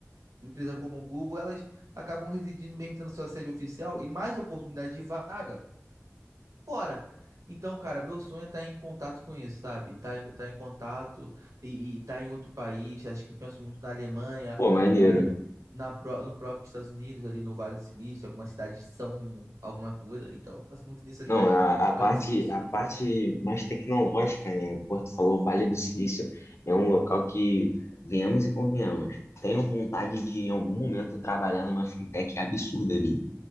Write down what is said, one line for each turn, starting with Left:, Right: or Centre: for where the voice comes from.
Right: empresas como Google, elas acabam residindo mesmo tendo sua sede oficial e mais oportunidade de vaga. fora. Então, cara, meu sonho é estar em contato com isso, sabe? Tá, em- tá em contato e, e tá em outro país. Acho que penso muito na Alemanha
Left: Pô, maneiro.
Right: ou na, pró- no próprio Estados Unidos, ali no Vale do Silício. Algumas cidades são alguma coisa. Então, eu penso muito nisso ali
Left: Não,
Right: na,
Left: a,
Right: no
Left: a parte,
Right: Vale do Silício.
Left: a parte mais tecnológica, né? Pô, tu falou Vale do Silício é um local que, venhamos e convenhamos, tenho vontade de, em algum momento, trabalhar numa fintech absurda ali.